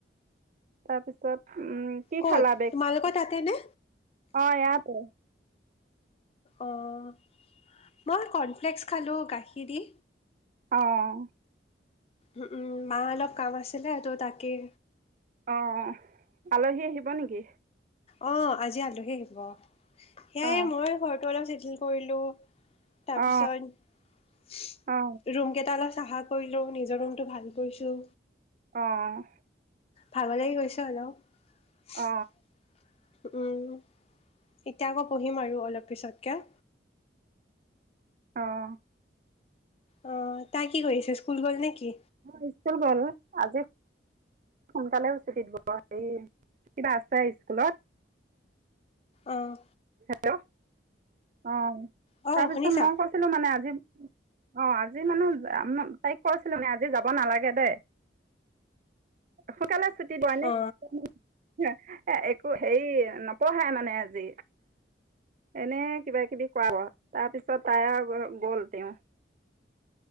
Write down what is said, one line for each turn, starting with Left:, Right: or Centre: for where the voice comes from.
Right: তাৰপিছত উম কি
Left: ক'ত
Right: খালা ব্ৰেকট,
Left: তোমালোকৰ তাতে নে?
Right: অহ ইয়াতে
Left: অহ মই কৰ্ণফ্লেক্স খালো গাখীৰ দি।
Right: অহ
Left: উহো উম মা অলপ কাম আছিলে, তহ তাকেই
Right: অহ আলহী আহিব নেকি?
Left: অহ আজি আলহি আহিব। সেয়াই
Right: অ
Left: মই ঘৰটো অলপ চিজিল কৰিলো তাৰপিছত
Right: অ অ
Left: ৰুম কেইটা চাফা কৰিলো নিজৰ ৰুমতটো ভাল কৰিছো।
Right: অহ
Left: ভাগৰ লাগি গৈছে অলপ।
Right: অ অ
Left: উম এতিয়া আকৌ পঢ়িম আৰু অলপ তাৰপিছতকে
Right: অহ
Left: অহ তাই কি কৰিছে? স্কুল গ'ল নেকি?
Right: অহ স্কুল গ'ল আজি সোনকালে চুটি দিব হেৰি কিবা আছে স্কুলত
Left: অহ
Right: হেল্ল' অহ
Left: অ
Right: তাৰ পিছত
Left: শুনিছা
Right: মই কৈছিলো মানে আজি অহ আজি মানে তাইক কৈছিলো যে আজি যাব নালাগে দেই সোনকালে ছুটি দিয়া নেকি
Left: অ
Right: এহ একো হেৰি নপঢ়াই মানে আজি এনে কিবা কিবি কৰাব তাৰ পিছত তাই গ'ল তেওঁ